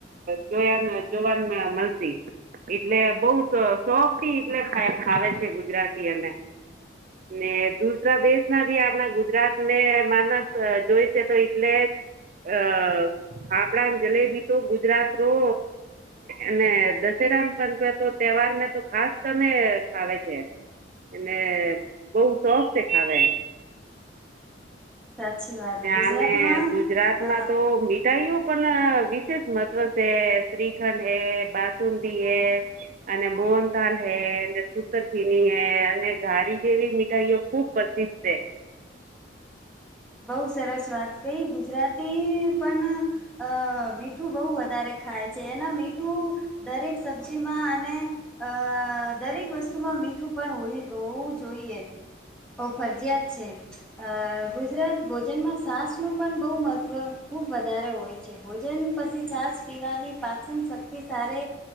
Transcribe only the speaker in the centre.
સાચી વાત ગુજરાતમાં
અ
બઉુ સરસ વાત કહી ગુજરાતી પણ અ મીઠું બહુ વધારે ખાય છે. જેના મીઠું દરેક સબ્જીમાં અને અ દરેક વસ્તુમાં મીઠું <unintelligible> પણ હોવું જોઈએ ફરજયાત છે અ. <unintelligible> ગુજરાત ભોજનમાં છાશનું પણ બહુ મહત્ત્વ ખૂબ વધારે હોય છે ભોજન પછી છાશ પીવાની પાચન શક્તિ સારે